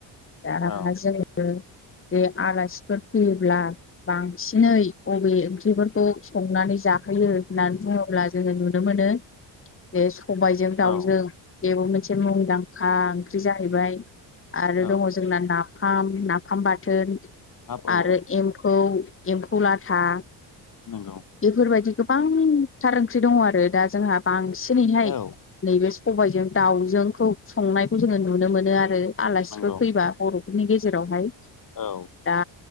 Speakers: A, on the left (about 30°); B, on the left (about 45°).
A: दा
B: औ
A: जोङो जे आलासिफोर फैयोब्ला बांसिनै अबे ओंख्रिफोरखौ संनानै जाहोयो होननानै बुङोब्ला जोङो नुनो मोनो जे सबायजों दाउजों
B: औ
A: बेबो मोनसे मुंदांखा ओं ख्रि जाहैबाय आरो
B: औ
A: दङ जोंना नाफाम नाफाम बाथोन।
B: हाब औ
A: आरो एम्फौ एम्फौ लाथा
B: नंगौ
A: बेफोर बायदि गोबांथार ओंख्रि दङ आरो दा जोंहा बांसिनै हाय
B: औ
A: नैबे सबायजों दाउजोंखौ संनायखौ जोङो नुनो मोनो आरो आलासिफोर
B: नंगौ
A: फैबा बर नि गेजेराव हाय
B: औ
A: दा